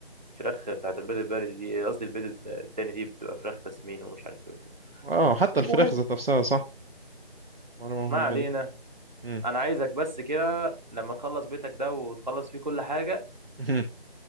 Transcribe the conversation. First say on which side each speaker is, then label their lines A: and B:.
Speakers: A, on the right; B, on the right.
A: الفراخ بتاعت البيض البلدي دي قصدي البيض التاني دي بتبقى فراخ تسمين ومش عارف ايه وكده
B: اه حتى
A: المهم
B: الفراخ ذات نفسها صح معلومة مهمة
A: ما علينا
B: دي مم.
A: انا عايزك بس كده لما تخلص بيتك ده وتخلص فيه كل حاجة
B: مهم.